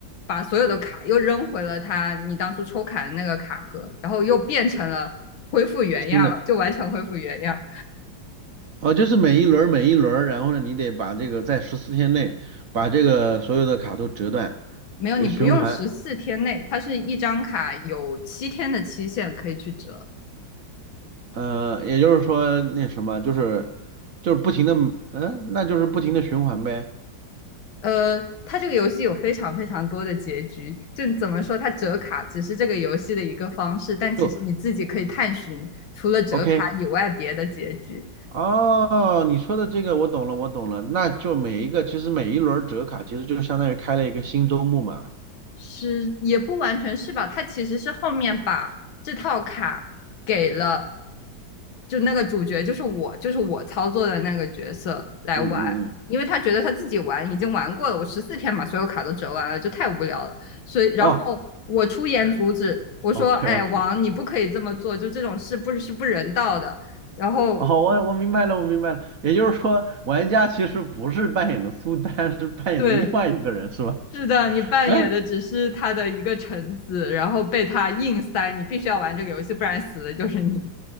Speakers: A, on the left (about 85°); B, on the right (about 55°).
A: 把所有的卡又扔回了她你当初抽卡的那个卡盒，然后又变成了恢复原样，
B: 新的，
A: 就完全恢复原样。
B: 哦，就是每一轮儿每一轮儿，然后呢，你得把这个在十四天内把这个所有的卡都折断，
A: 没有，
B: 呃循环。
A: 你不用十四天内，它是一张卡有七天的期限可以去折。
B: 嗯，也就是说那什么，就是就是不停的，嗯，那就是不停的循环呗。
A: 呃，它这个游戏有非常非常多的结局，就怎么说，它折卡只是这个游戏的一个方式，但其实你自己可以探寻除了折卡以外别的结局。
B: 就 OK，哦，你说的这个我懂了，我懂了。那就每一个其实每一轮折卡其实就相当于开了一个新周目嘛。
A: 是也不完全是吧？他其实是后面把这套卡给了，就那个主角，就是我，就是我操作的那个角色来玩，
B: 嗯嗯嗯，
A: 因为他觉得他自己玩已经玩过了，我十四天把所有卡都折完了，就太无聊了，所以然后我出言阻止，
B: 哦
A: 我说：
B: ，OK
A: “哎，
B: OK，
A: 王，你不可以这么做，就这种事不是不人道的。”然后
B: 哦，我我明白了，我明白了。也就是说，玩家其实不是扮演的苏丹，是扮演的另外一个人，
A: 对。
B: 是吧？
A: 是的，你扮演的只是他的一个臣子，
B: <laughs>
A: 然后被他硬塞，你必须要玩这个游戏，不然死的就是你。